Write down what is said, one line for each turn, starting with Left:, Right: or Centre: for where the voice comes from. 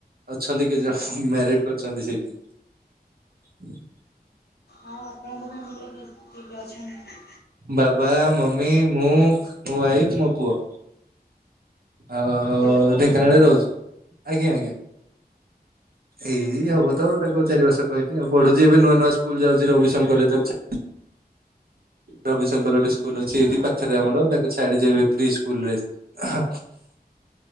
Right: ଅଛନ୍ତି କେତ ଜଣ
Left: ଆଜ୍ଞା
Right: ମ୍ୟାରେଡ୍ କରିଛନ୍ତି ସେଇ <unintelligible>
Left: ଆଉ ଆପଣଙ୍କ ଫ୍ୟାମିଲିରେ କିଏ କିଏ ଅଛନ୍ତି?
Right: ବାବା, ମମି, ମୁଁ, ମୋ ୱାଇଫ ମୋ ପୁଅ। ଆଉ
Left: ଗୋଟେ ପୁଅ ଆପଣଙ୍କର?
Right: ଢେଙ୍କାନାଳରେ ରହୁଚି ଆଜ୍ଞା ଆଜ୍ଞା। ଏଇ ହବ ତ ଆଉ ତାକୁ ଚାରି ବର୍ଷ କହିଲି ଆଉ ପଢୁଚି ଏବେ ନୂଆ ନୂଆ ସ୍କୁଲ ଯାଉଚି ରବିଶଙ୍କରରେ ତାକୁ ଛା ରବିଶଙ୍କର ଗୋଟେ ସ୍ ସ୍କୁଲ ଅଛି
Left: ହଁ
Right: ଏଇଠି ପାଖେରେ ଆମର ତାକୁ ଛାଡିଚି ଏବେ ପ୍ରି ସ୍କୁଲ ରେ। ଆ ହା।